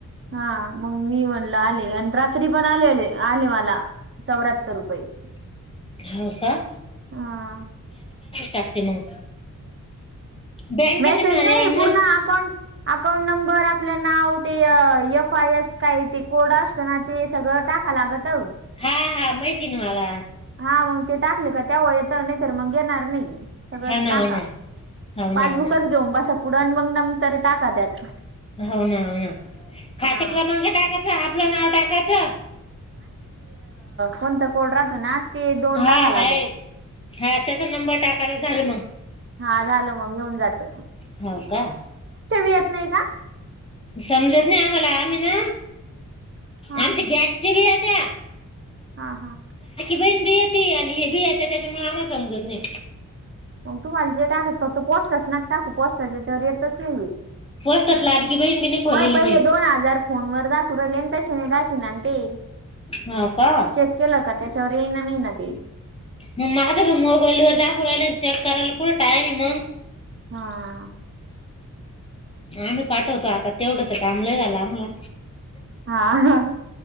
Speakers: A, on the right; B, on the left.
A: हा, मग मी म्हणल आले, आणि रात्री पण आले आले मला. चौऱ्याहत्तर रुपये,
B: हो का
A: हा.
B: टकते मग. बँकेच
A: मेसेज
B: मॅडम
A: नाही, पूर्ण अकाउंट अकाउंट नंबर, आपलं नाव, ते एफ आय एस काही ते कोड असतं ना ते सगळं टाक. लागतऊ.
B: हा हा मैथिनवाला.
A: हा, मग ते टाकले का त्यावर येत, नाही तर मग येणार नाही, सगळंच
B: हा ना
A: टाका
B: हो ना हो ना
A: पासबुकच
B: हो ना
A: घेऊन बसा पुढं, मग नंतर टाका त्यात.
B: हो ना, हो ना, खाते
A: हा
B: क्रमांक टाकायचा, आपलं नाव टाकायचं.
A: कोणंत कोड रात ना ते दोन
B: हा
A: टाका
B: हाय,
A: लागत
B: हा त्याचा नंबर टाकायच झालं मग.
A: हा झालं मग घेऊन जात.
B: हो का?
A: यत नाही का?
B: समजत नाही आम्हाला, आम्ही ना,
A: हा
B: आमचे गॅसचे बी येत्या
A: हा हा,
B: बण बी येती, आणि हे बी येती, त्याच्यामुळे आम्हा समजत नाही.
A: मग तुम्हाला जे टाकास फक्त पोस्टास नका टाकू, पोस्टाच्या हजावर एतच नाही.
B: पोस्टात लाडकी बहीण बी नाही खोलेली
A: मग पहिले
B: मी
A: दोन हजार फोन वर दाखवू राहिले आणि तशने दाखव ते,
B: हो का
A: चेक केलं का त्याच्यावर येई ना नाही ना ते.
B: मग माझा पण मोबाईल वर दाखवू राहिलं चेक करायला कुठं टायम आहे मग?
A: हा.
B: आम्ही पाठवतो आता तेवढं तर टाईम लय झालं आम्हाला.
A: हा,